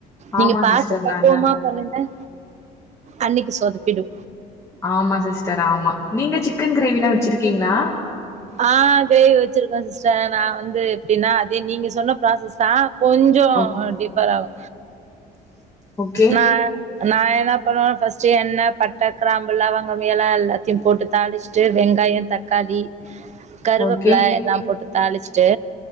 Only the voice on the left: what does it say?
ஆமா
சிஸ்டர்
நல்லா
ஆமா சிஸ்டர் ஆமா நீங்க சிக்கன் கிரேவிலா வச்சிருக்கீங்ளா
ஓ
ஓகே
ஓகே